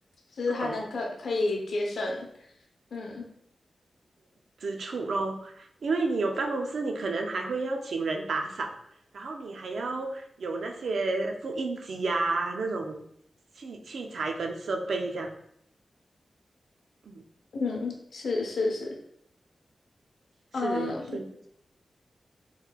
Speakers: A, on the left; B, on the right.
A: 就是还能可可以节省，
B: 不懂。
A: 嗯
B: 之处咯。因为你有办公室，你可能还会要请人打扫，然后你还要有那些复印机呀、那种器器材跟设备这样。嗯，
A: 嗯，是是是，
B: 是，
A: 嗯、
B: 所以